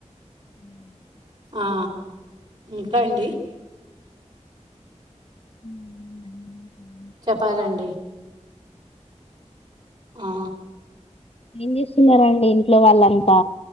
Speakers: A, on the left (about 55°); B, on the right (about 35°).
A: <unintelligible>
B: ఆ ఇంకాండి
A: <inaudible>
B: చెప్పాలండి ఆ
A: ఏం చేస్తున్నారండి ఇం ట్లో వాళ్ళంతా